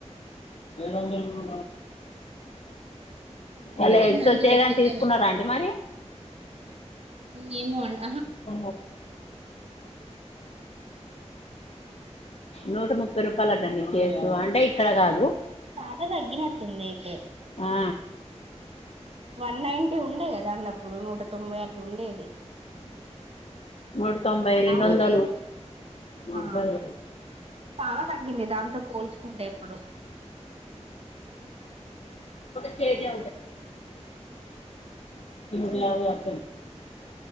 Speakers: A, on the left (about 60°); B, on the right (about 55°).
A: ఏలో జలుగు
B: వీకెండ్
A: అ
B: వచ్చిందంటే
A: ఎ వచ్చ
B: ఇక చికెన్
A: ని తీసుకున్నారా అండి మరి
B: గేమ అండ్
A: బ నూట ముప్పై రూపాయల అటండి కేసు అంటే ఇక్కడ కాదు
B: చాలా తగ్గినట్టుంది అయితే
A: ఆ
B: వన్ నైన్టీ ఉండే కదా అండి అప్పుడు నూట తొంభై అట్లు ఉండేది
A: నూట తొంభై రెండు
B: ఆ
A: వందలు
B: మధ్యలో
A: హ్మ్
B: ఆ చాలా తగ్గింది దాంతో పోల్చుకుంటే ఇప్పుడు
A: కేజ కే కేజ కేజీ అ